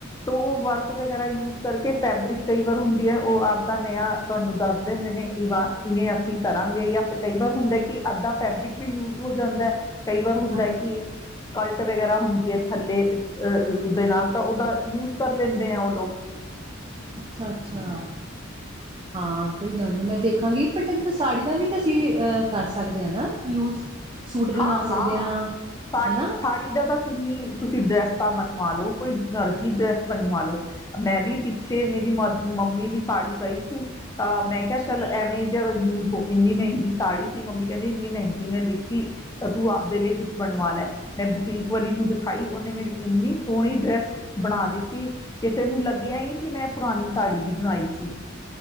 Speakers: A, on the left (about 15°); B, on the right (about 25°).
A: ਤ ਉਹ ਵਰਕ ਵਗੈਰਾ ਯੂ ਕਰਕੇ ਫੈਬਰਿਕ ਕਈ ਵਾਰ ਹੁੰਦੀ ਹੈ ਉਹ ਆਪਦਾ ਨਿਆਂ ਤੁਹਾਨੂੰ ਦੱਸ ਦਿੰਦੇ ਨੇ ਇਵਾਂ ਇਵੇਂ ਅਸੀਂ ਕਰਾਂਗੇ ਜਾਂ ਕਈ ਵਾਰ ਹੁੰਦਾ ਕਿ ਅੱਧਾ ਫੈਬਰਿਕ ਵੀ ਯੂਜ ਹੋ ਜਾਂਦਾ ਹੈ ਕਈ ਵਾਰ ਹੁੰਦਾ
B: ਹਾਂਜੀ
A: ਕਿ ਸਕਲਟ ਵਗੈਰਾ ਹੁੰਦੀ ਹੈ ਥੱਲੇ ਅਹ ਦੇ ਨਾਲ ਤਾਂ ਉਹਦਾ ਯੂਜ ਕਰ ਲੈਂਦੇ ਆ ਉਹ ਲੋਕ
B: ਅੱਛਾ ਅੱਛਾ ਹਾਂ ਕੋਈ ਗੱਲ ਨੀ ਮੈਂ ਦੇਖਾਂਗੀ ਬਟ ਸਾੜੀ ਦਾ ਵੀ ਤਾਂ ਅ ਕਰ ਸਕਦੇ ਹ ਨਾ ਯੂਜ ਸੂਟ ਬਣਾ
A: ਹਾਂ-ਹਾਂ
B: ਸਕਦੇ ਹਾਂ
A: ਸਾਡੀ
B: ਹਨਾ
A: ਸਾੜੀ ਦਾ ਤਾਂ ਕਿੰਨੀ ਤੁਸੀਂ ਡਰੈਸ ਤਾ ਬਨਵਾ ਲੋ, ਕੋਈ ਦਰਜ਼ੀ ਡਰੈਸ ਬਣਵਾ ਲੋ, ਮੈਂ ਵੀ ਪਿੱਛੇ ਮੇਰੀ ਮ ਮੰਮੀ ਦੀ ਸਾੜੀ ਪਈ ਸੀ ਤਾਂ ਮੈਂ
B: ਅੱਛਾ
A: ਕਿਹਾ ਚੱਲ ਐਵੇਂ ਜਿਹਾ ਯੂਜ਼ ਹੋ ਇੰਨੀ ਮਹਿੰਗੀ ਸਾੜੀ ਸੀ, ਮੰਮੀ ਕਹਿੰਦੇ ਇੰਨੀ ਮਹਿੰਗੀ ਮੈਂ ਲਿੱ ਕਿ ਤ ਤੂੰ ਆਪਦੇ ਲਈ ਕੁਛ ਬਣਵਾ ਲੈ, ਮੈਂ ਬੁਟੀਕ ਵਾਲੀ ਨੂੰ ਦਿਖਾਈ, ਉਹਨੇ ਮੇਰੀ ਇੰਨੀ ਸੋਹਣੀ ਡਰੈਸ ਬਣਾ ਦਿੱਤੀ, ਕਿਸੇ ਨੂੰ ਲੱਗਿਆ ਹੀ ਨੀ ਕਿ ਮੈਂ ਪੁਰਾਣੀ ਸਾੜੀ ਦੀ ਬਣਾਈ ਸੀ।